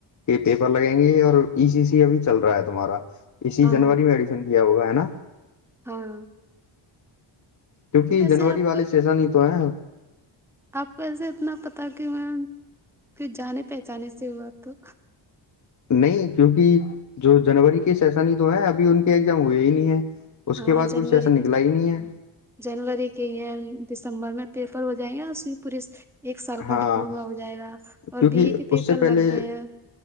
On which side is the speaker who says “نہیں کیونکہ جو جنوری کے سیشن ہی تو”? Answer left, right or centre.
Left